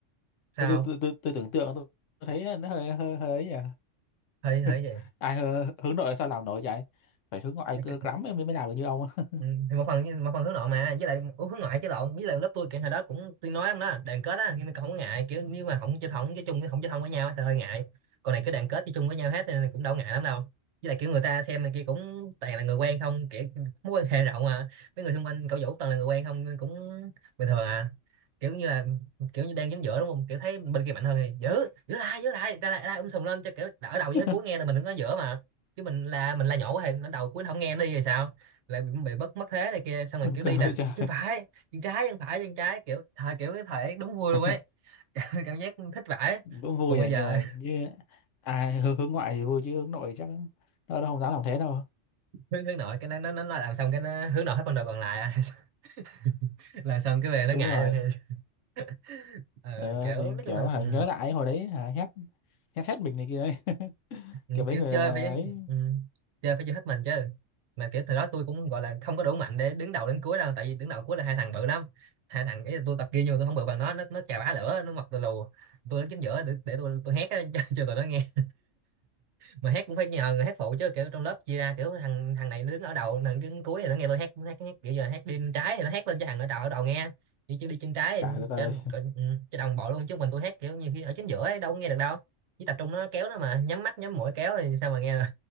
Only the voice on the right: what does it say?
sao
hơi hơi
vậy
Ừ, thì một phần như- một phần hướng nội mà với lại ủa, hướng ngoại chứ lộn với lại lớp tôi kiểu hồi đó cũng tôi nói ông đó đoàn kết á nhưng mà không có ngại kiểu nếu mà không chơi không chơi chung không chơi thân với nhau á thì hơi ngại còn này cứ đoàn kết chơi chung với nhau hết nên cũng đâu ngại lắm đâu với lại kiểu người ta xem này kia cũng toàn là người quen không kiểu mối quan hệ rộng mà mấy người xung quanh cậu Vũ toàn là người quen không nên cũng bình thường à kiểu như là kiểu như đang dính giữa đúng không kiểu thấy bên kia mạnh hơn thì giữ giữ lại giữ lại ra lại ra lại, um sùm lên cho kiểu đỡ đầu
với cuối nghe là mình đứng ở giữa mà chứ mình là mình là nhỏ quá thì nó đầu cuối nó không nghe nó đi rồi sao lại bị, bị bất mất thế này kia xong rồi
kiểu
đi
nè
bị chân phải chân trái chân phải chân trái kiểu thời kiểu cái thời ấy đúng vui luôn
ấy <laughs> cảm giác thích vãi
còn bây
giờ
<laughs> hướng hướng nội cái nó nó nó làm xong cái nó hướng nội hết phần đời còn lại à. <laughs> là xong cái về
nó ngại
luôn thì <laughs> ờ,
kiểu
nói
chung là
ừ,
ừ,
kiểu
chơi
phải ừ, chơi phải chơi hết mình chứ mà kiểu thời đó tôi cũng gọi là không có đủ mạnh để đứng đầu đến cuối đâu tại vì đứng đầu cuối là hai thằng bự lắm hai thằng ấy tôi tập kia nhưng mà tôi không bự bằng nó nó nó chà bá lửa nó mặc tôi lù tôi đứng chính giữa để, để tôi tôi hét á, <laughs> cho, cho tụi nó nghe mà hát cũng phải nhờ người hát phụ chứ kiểu trong lớp chia ra kiểu thằng thằng này nó đứng ở đầu thằng đứng cuối thì nó nghe tôi hát nó hát, hát kiểu giờ hát đi bên trái thì nó hát lên cho thằng ở đầu ở đầu nghe đi chân đi chân trái
thì
trên trên- ừ, cho đồng bộ luôn chứ mình tôi hát kiểu nhiều khi ở chính giữa ấy, đâu có nghe được đâu chỉ tập trung nó kéo nó mà nhắm mắt nhắm mũi kéo thì sao mà nghe được